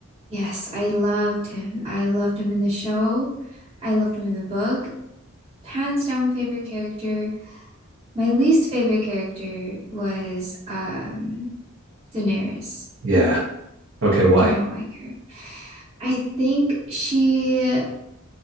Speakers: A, on the right; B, on the right.
A: Yes, I loved him. I loved him in the show. I loved him in the book. Hands down favorite character. My least favorite character was um Daenerys.
B: yeah okay why
A: Did not like her. I think she